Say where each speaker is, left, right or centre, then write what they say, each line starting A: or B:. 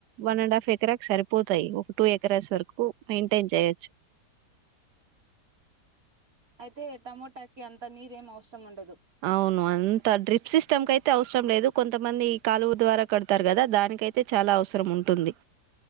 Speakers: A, on the right; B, on the right.
A: వన్ అండ్ హాఫ్ ఎకరా సరిపోతాయి ఒక టూ ఎకరాస్ వరకు మైయింటైన్ చేయ
B: అయితే టమోటాకి అంత నీరేం అవసరం ఉండదు
A: అవును అంత డ్రిప్స్ సిస్ స్టమ్ అయితే అవసరం లేదు కొంతమంది ఈ కాలువ ద్వారా కడతారు కదా దానికైతే చాలా అవసరం ఉంటుంది